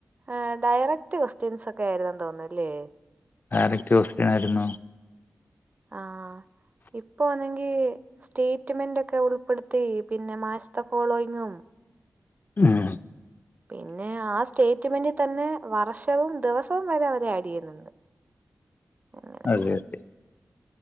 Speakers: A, on the right; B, on the left.
A: ആഹ് ഡയറക്ട് ക്വസ്റ്റ്യൻസ് ഒക്കെ ആയിരുന്നു തോന്നുന്നുല്ലേ
B: ഡയറക്റ്റ് ക്വൊസ്റ്റ്യൻ ആരുന്നു
A: ആഹ് ഇപ്പൊ ആണെങ്കി സ്റ്റേറ്റ്മെന്റ് ഒക്കെ ഉൾപ്പെടുത്തി പിന്നെ മാസ്റ്റർ ഫോളോയിങ്ങും
B: ആഹ്
A: പിന്നെ ആ സ്റ്റേറ്റ്മെന്റ് തന്നെ വർഷവും ദിവസവും വരെ അവര് ആഡ് ചെയ്യുന്നുണ്ട് അങ്ങനെ
B: അതെ അതെ